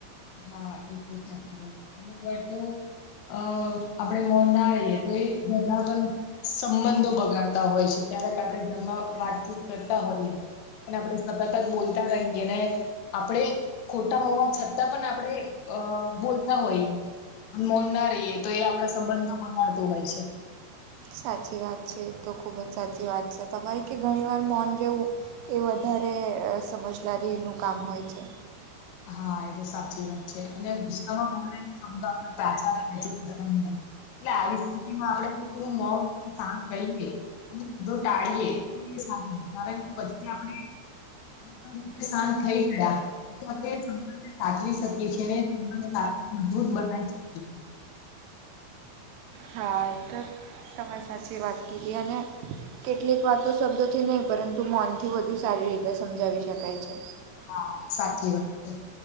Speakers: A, on the left; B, on the right.
A: હા એ તો સાચી વાત છે. અમુક વાર તો અહ આપણેે મૌન ના રહીએ તો એ ઝઘડા પણ સંબંધો બગાડતા હોય છે. ક્યારેક આપણે ઘરમાં વાતચીત કરતા હોઈએ અને આપણે સતત જ બોલતા રહીએ, ને આપણે ખોટા હોવા છત તા પણ આપણે અહ બોલતા હોઈએ અન મૌન ના રહીએ તો એ આપણા સંબંધો બગાડતું હોય છે.
B: સાચી વાત છે. એ તો ખૂબ જ સાચી વાત છે. તમારી કે ઘણી મૌન રહેવું એ વધારે અહ સમજદારીનું કામ હોય છે.
A: હા એ તો સાચી વાત છે. અને ગુસ્સામાં <inaudible> એટલે આવી સ્થિતિમાં આપણે <unintelligible> મૌન શાંત રહીએ <inaudible> બધું ટાળીએ <inaudible> પછી આપણે <inaudible> શાંત થઈ ગયા તો આપણે સંબંધને સાચવી શકીએ છીએ, અને <inaudible> મજબૂત બનાવી શકીએ છીએ.
B: હા એ તો તમે સાચી વાત કીધી. અને કેટલીક વાતો શબ્દોથી નહીં, પરંતુ મૌનથી વધુ સારી રીતે સમજાવી શકાય છે.
A: હા સાચી વાત છે.